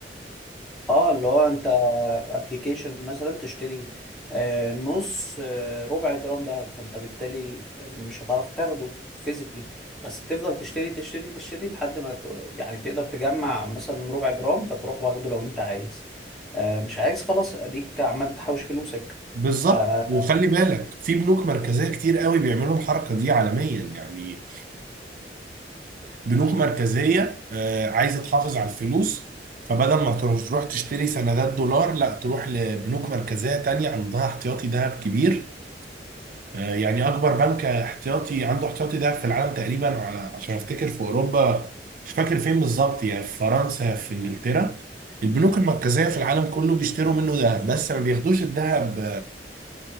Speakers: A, in the centre; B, on the right.
A: اه اللي هو انت ابلكيشن مثلا تشتري آه، نص آه، ربع جرام دهب فانت بالتالي مش هتعرف تاخده فيزيكلي بس بتفضل تشتري تشتري تشتري لحد ما ت- يعني تقدر تجمع مثلا ربع جرام فتروح واخده لو انت عايز آه، مش عايز خلاص اديك عمال تحوش فلوسك
B: بالظبط
A: آه،
B: وخلي بالك في بنوك مركزية كتير قوي بيعملوا الحركة دي عالميا يعني بنوك مركزية آه، عايزة تحافظ على الفلوس فبدل ما تروح تروح تشتري سندات دولار لا تروح لبنوك مركزية تانية عندها احتياطي ذهب كبير آه، يعني أكبر بنك احتياطي عنده احتياطي ذهب في العالم تقريبا ع- عشان أفتكر في أوروبا مش فاكر فين بالظبط يا في فرنسا يا في إنجلترا البنوك المركزية في العالم كله بيشتروا منه ذهب بس ما بياخدوش الذهب